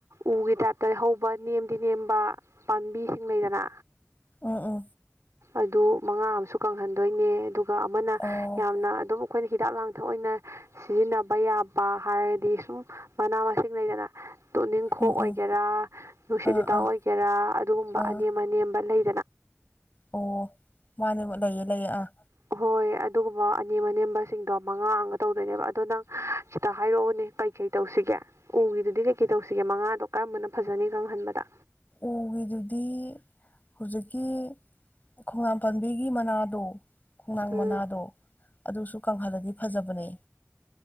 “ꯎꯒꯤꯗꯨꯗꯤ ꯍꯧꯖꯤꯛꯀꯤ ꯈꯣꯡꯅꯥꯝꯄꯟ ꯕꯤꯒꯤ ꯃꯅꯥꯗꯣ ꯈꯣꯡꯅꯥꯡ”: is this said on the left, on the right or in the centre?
Left